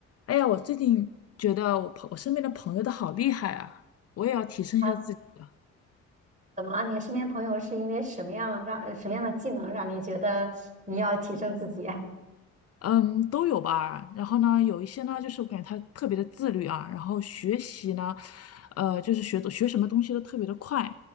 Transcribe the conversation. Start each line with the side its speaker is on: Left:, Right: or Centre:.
Left: 哎呀，我最近觉得我朋我身边的朋友都好厉害啊，我也要提升一下自己的。
Right: 啊，怎么了？你身边朋友是因为什么样让呃什么样的技能让你觉得你要提升自己？<laughs>
Left: 嗯，都有吧。然后呢，有一些呢，就是我感觉他特别的自律啊，然后学习呢，呃，就是学学什么东西都特别的快。